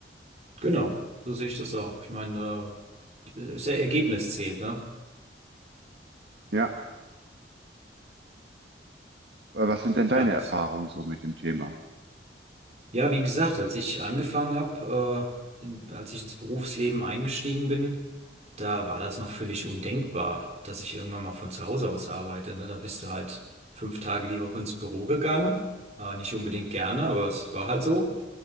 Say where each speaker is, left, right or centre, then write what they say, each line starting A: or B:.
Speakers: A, on the right; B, on the right.
A: Genau, so sehe ich das auch. Ich meine, äh, das Ergebnis zählt, ne?
B: Ja, äh, was sind denn
A: Ja,
B: deine
A: das.
B: Erfahrungen so mit dem Thema?
A: Ja, wie gesagt, als ich angefangen habe, äh, in, als ich ins Berufsleben eingestiegen bin, da war das noch völlig undenkbar, dass ich irgendwann mal von zu Hause aus arbeite, ne? Da bist du halt fünf Tage die Woche ins Büro gegangen. Äh, nicht unbedingt gerne, aber es war halt so.